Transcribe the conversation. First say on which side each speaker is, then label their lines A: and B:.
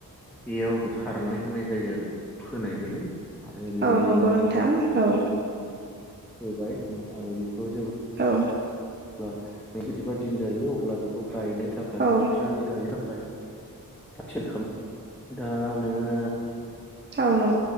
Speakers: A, in the centre; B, on the right.
A: बेयाव खारनाय होनाय जायो आरो बेखौ फोनाय जायो। आरो बेबायदिनो
B: औ नंगौ नोंथां औ।
A: होबाय आरो बेखौ जे
B: औ।
A: नैजिबा दिन जायो अब्ला बेखौ गायनो थाखाय
B: औ
A: फुफिनानै गायनो थाखाय थिग खालाम दा नोङो
B: औ नं